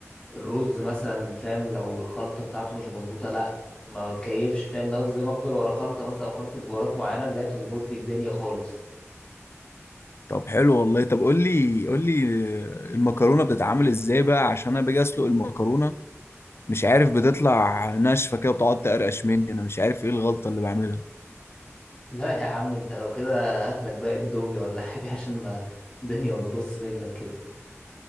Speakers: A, on the left; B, on the left.
A: الرز مثلا فاهم لو الخلطه بتاعته مش مظبوطه لا ما بتكيفش فاهم لو زي ما افضل ورا خلطه مثلا او خلطه بهارات معينه اللي هي تظبط لي الدنيا خالص
B: طب حلو والله طب قول لي قول لي المكرونة بتتعمل ازاي بقى عشان انا باجي اسلق المكرونة مش عارف بتطلع ناشفة كده وبتقعد تقرقش مني انا مش عارف ايه الغلطة اللي بعملها
A: لا يا عم انت لو كده هاتلك بقى اندومي ولا حاجه <laughs> عشان ما الدنيا ما تبص منك كده